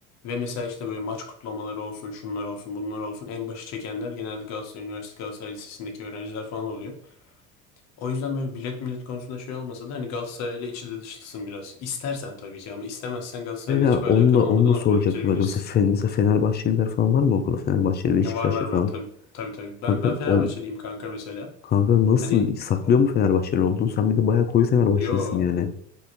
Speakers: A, on the left (about 55°); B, on the left (about 30°).
A: Ve mesela işte böyle maç kutlamaları olsun, şunlar olsun, bunlar olsun. En başı çekenler genelde Galatasaray Üniversitesi, Galatasaray Lisesi'ndeki öğrenciler falan oluyor. O yüzden böyle bilet millet konusunda şey olmasa da hani Galatasaray'la içli dışlısın biraz. İstersen tabii ki ama istemezsen Galatasaray'la
B: Mesela
A: hiçbir
B: onu
A: alakan
B: da
A: olmadan
B: onu da
A: okulu
B: soracaktım.
A: bitirebilirsin.
B: Kanka. Mesela, Fen- mesela Fenerbahçeliler falan var mı okulda? Fenerbahçeli, Beşiktaşlı
A: Ya Var var var
B: falan.
A: tabii tabii tabii. Ben
B: Kanka,
A: ben Fenerbahçeliyim
B: on,
A: kanka mesela.
B: kanka nasıl
A: Hani
B: saklıyor
A: o-
B: mu Fenerbahçeli olduğunu? Sen bir de bayağı koyu Fenerbahçelisin
A: yo
B: yani.